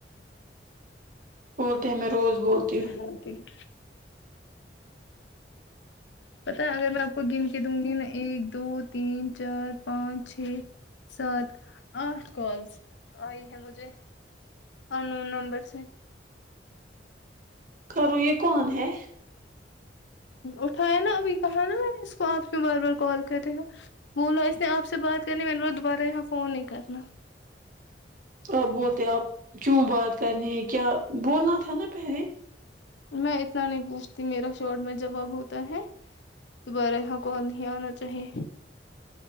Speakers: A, on the right; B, on the left.
A: بولتے ہیں میں روز بولتی ہوں
B: جی پتا ہے اگر میں آپ کو گن کے دوں گی نا ایک دو تین چار پانچ چھ سات آٹھ کالس آئی ہیں مجھے اور نون نمبر سے
A: کرو یہ کون ہے
B: اٹھایا نا ابھی کہا نا میں نے اس کو آپ کے بار بار کال کرے ہیں بولو اس نے آپ سے بات کرنی میں نے دوبارہ یہاں فون نہیں کرنا
A: آپ بولتے آپ کیوں بات کرنی ہے کیا بولنا تھا نا پہلے
B: میں اتنا نہیں پوچھتی میرا شارٹ میں جواب ہوتا ہے دوبارہ یہاں کال نہیں آنا چاہیے